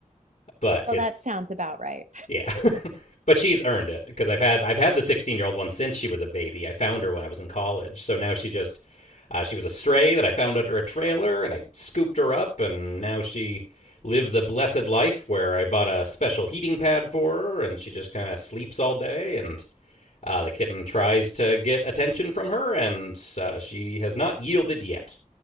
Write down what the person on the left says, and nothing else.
but
it's
Yeah. <laughs> but she's earned it because I've had I've had the 16-year-old one since she was a baby. I found her when I was in college. So now she just uh, she was a stray that I found under a trailer and I scooped her up and now she lives a blessed life where I bought a special heating pad for her and she just kind of sleeps all day and uh, the kitten tries to get attention from her and uh, she has not yielded yet.